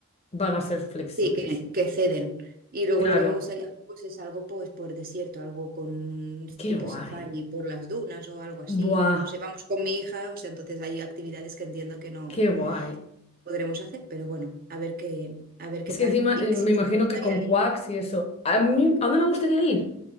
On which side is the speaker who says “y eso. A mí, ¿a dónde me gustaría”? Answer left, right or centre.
Left